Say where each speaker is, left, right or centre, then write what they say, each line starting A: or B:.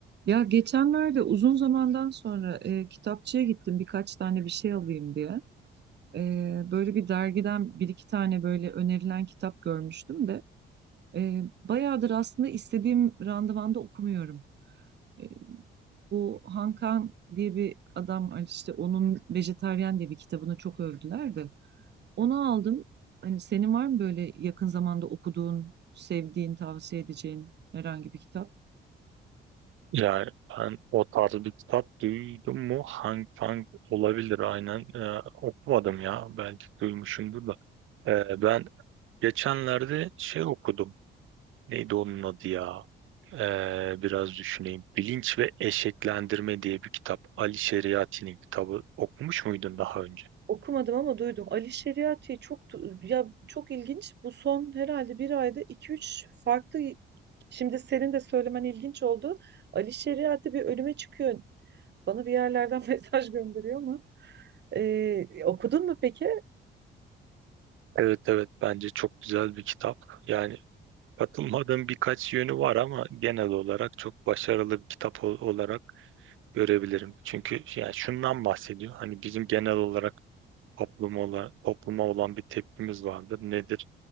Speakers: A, on the right; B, on the right.
A: Ya geçenlerde uzun zamandan sonra e, kitapçıya gittim birkaç tane bir şey alayım diye. E, böyle bir dergiden bir iki tane böyle önerilen kitap görmüştüm de e, bayağıdır aslında istediğim randevanda okumuyorum. E, bu Hankan diye bir adam var işte onun Vejetaryen diye bir kitabını çok övdüler de. Onu aldım. Hani senin var mı böyle yakın zamanda okuduğun, sevdiğin, tavsiye edeceğin herhangi bir kitap?
B: Yani ben o tarz bir kitap duydum mu? Hang Kang olabilir aynen. Ee, okumadım ya. Belki duymuşumdur da. Ee, ben geçenlerde şey okudum. Neydi onun adı ya? Ee, biraz düşüneyim. Bilinç ve Eşeklendirme diye bir kitap. Ali Şeriati'nin kitabı. Okumuş muydun daha önce?
A: Okumadım ama duydum. Ali Şeriati çok du- ya çok ilginç. Bu son herhalde bir ayda iki üç farklı şimdi senin de söylemen ilginç oldu. Ali Şeriati bir ölüme çıkıyor. Bana bir yerlerden <laughs> mesaj gönderiyor ama Ee, okudun mu peki?
B: Evet evet bence çok güzel bir kitap. Yani katılmadığım birkaç yönü var ama genel olarak çok başarılı bir kitap ol- olarak görebilirim. Çünkü yani şundan bahsediyor. Hani bizim genel olarak topluma olan, topluma olan bir tepkimiz vardır. Nedir?